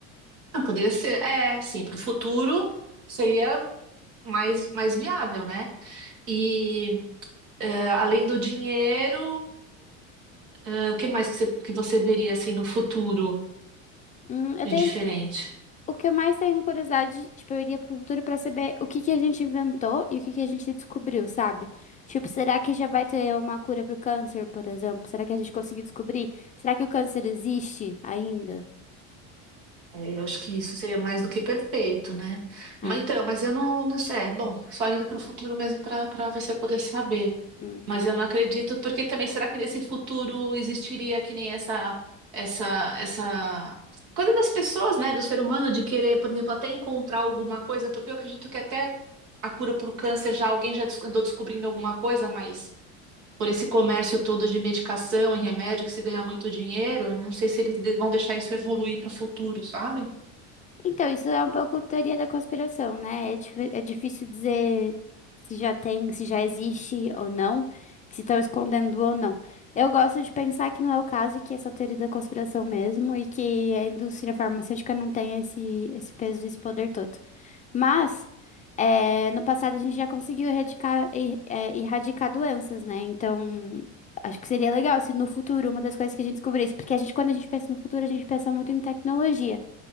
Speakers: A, on the right (about 85°); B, on the left (about 20°).
A: Não, poderia ser, é, sim, para o futuro seria mais mais viável, né? E é, além do dinheiro, é, o que mais que você, que você veria assim no futuro
B: Hum, eu
A: de
B: tenho
A: diferente?
B: O que eu mais tenho curiosidade, tipo, eu iria pro futuro pra saber o que que a gente inventou e o que que a gente descobriu, sabe? Tipo, será que já vai ter uma cura pro câncer, por exemplo? Será que a gente conseguiu descobrir? Será que o câncer existe ainda?
A: É, eu acho que isso seria mais do que perfeito, né?
B: Ah,
A: Mas então, mas eu não, não sei. É, Bom, só indo para o futuro mesmo para para você poder saber.
B: hum.
A: Mas eu não acredito, porque também será que nesse futuro existiria que nem essa essa essa coisa das pessoas, né, do ser humano de querer, por exemplo, até encontrar alguma coisa, porque eu acredito que até a cura para o câncer já alguém já des- andou descobrindo alguma coisa, mas por esse comércio todo de medicação e remédio que se ganha muito dinheiro, eu não sei se eles de- vão deixar isso evoluir para o futuro, sabe?
B: Então, isso é um pouco teoria da conspiração, né? É, dif- é difícil dizer se já tem, se já existe ou não, se estão escondendo ou não. Eu gosto de pensar que não é o caso, e que essa teoria da conspiração mesmo, e que a indústria farmacêutica não tem esse, esse peso e esse poder todo. Mas, eh, no passado a gente já conseguiu erradicar, eh, eh, erradicar doenças, né? Então, acho que seria legal se no futuro uma das coisas que a gente descobrisse, porque a gente, quando a gente pensa no futuro, a gente pensa muito em tecnologia.